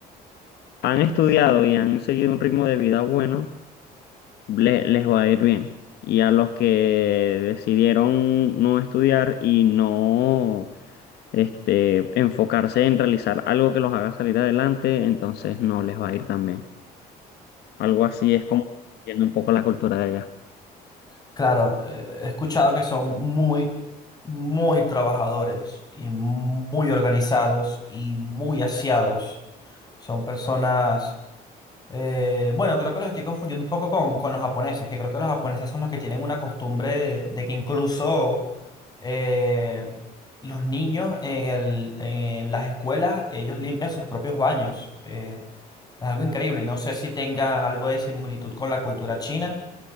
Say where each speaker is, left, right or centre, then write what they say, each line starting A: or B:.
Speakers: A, on the left; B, on the left.
A: han estudiado y han seguido un ritmo de vida bueno, le- les va a ir bien. Y a los que decidieron no estudiar y no este, enfocarse en realizar algo que los haga salir adelante, entonces no les va a ir tan bien. Algo así es como entiendo un poco la cultura de allá.
B: Claro, eh, he escuchado que son muy, muy trabajadores y muy organizados y muy aseados. Son personas, eh, bueno, creo que los estoy confundiendo un poco con, con los japoneses, que creo que los japoneses son los que tienen una costumbre de, de que incluso eh, los niños en el- en las escuelas, ellos limpian sus propios baños. Eh, es algo increíble. No sé si tenga algo de similitud con la cultura china